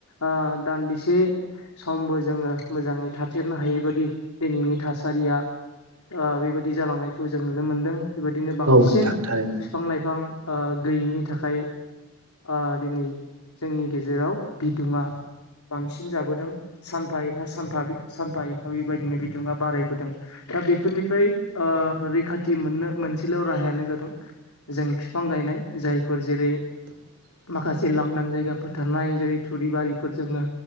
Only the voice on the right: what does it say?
औ नोंथां
थारैनो
<inaudible>